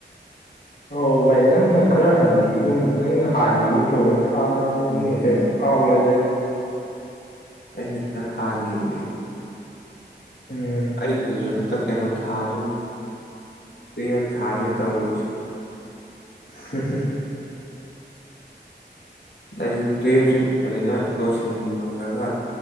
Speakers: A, on the left; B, on the left.
A: ꯑꯧ ꯚꯥꯏ ꯅꯪꯅ ꯈꯔ ꯍꯟꯈꯤꯒꯨꯝ ꯅꯪꯅ ꯍꯥꯟꯒꯤꯒꯨꯝ ꯇꯧꯕꯅꯤ ꯊꯥ ꯑꯅꯤꯔ ꯑꯍꯨꯝꯂꯛ
B: ꯎꯝ
A: ꯀꯩꯅꯣ ꯀꯥꯎꯈꯔꯦꯗꯁꯨ
B: ꯑꯩꯅ ꯈꯔ ꯍꯥꯟꯈꯤꯕꯅꯦꯕ
A: ꯎꯝ
B: ꯑꯩꯗꯨꯁꯨ ꯍꯟꯗꯛ ꯀꯩꯅꯣ ꯊꯥꯗꯣꯏꯅꯤ ꯇꯨꯌꯦꯟ ꯊꯥꯗꯣꯏꯅꯦ ꯇꯧꯔꯤꯁꯦ
A: ꯁ ꯍꯦ
B: ꯑꯩꯁꯨ ꯇꯨꯌꯦꯞ ꯁꯦ ꯐꯖꯅꯥ ꯂꯣꯏꯁꯤꯜꯂꯒ